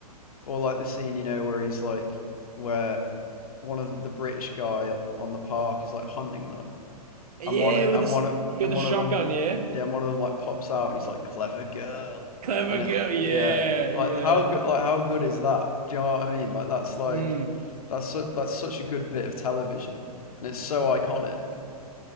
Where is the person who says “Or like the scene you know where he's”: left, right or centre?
Left